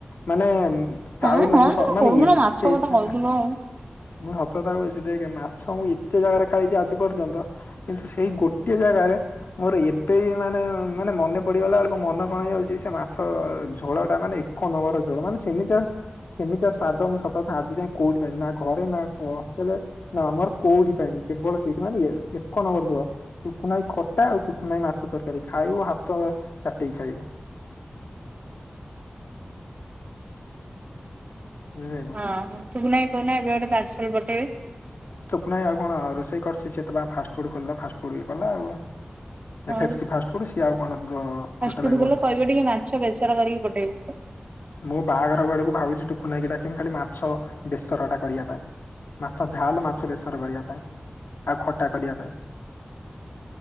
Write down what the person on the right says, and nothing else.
ହଁ
ହଁ
ତମେ କୋଉଦିନ
ମାଛ କଥା
କହିଥିଲ ହଁ
ହଁ, ଟୁକୁନା ଭାଇକି କହୁନ ଏବେ ଗୋଟେ ପାର୍ସଲ ପଠେଇବେ।
ହଁ
ଫାଷ୍ଟଫୁଡ
ବାଲା କହିବେ ଟିକେ ମାଛ ବେସର କରିକି ପଠେଇବେ।